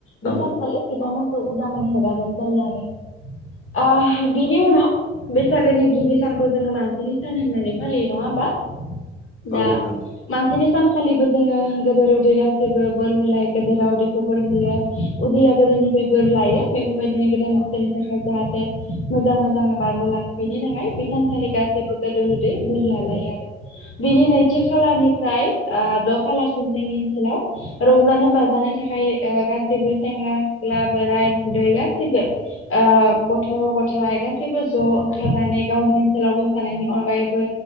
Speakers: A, on the left; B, on the left.
A: औ
B: बे सानखालि बिथांमोनखौ उदाङै हेगारना होनाय जायो आरो। ओ बिनि उनाव बैसागोनि गिबि सानखौ जोङो मानसिनि सान होननानै फालियो नङा होमबा? दा
A: नोंथां औ
B: मानसिनि सानखालिबो जोङो गोदो उदै गाैबो बोर होलाय गोदेरा उदैखौ बोरहयो उदैया गोदोनिफ्राय बोर लायो बेफोरबायदिनो गोदान थाखाय जाहाथे मोजां मोजाङै बारग'लाङो बेनि थाखाय बे सानखालि गासैबो गेदेर उन्दै बोर लालायो आरो। बिनि नैथि खालारनिफ्राय ओ द' खालारसिम जोंनि ओनसोलाव रंजानो बाज जानो थाखाय गाैबो सेंग्रा सिख्ला बोराय बुरै गासैबो गथ' गथायाइ गासैबो ज' ओंखारनानै गावनि ओनसोलाव मोसानायनि अनगायैबो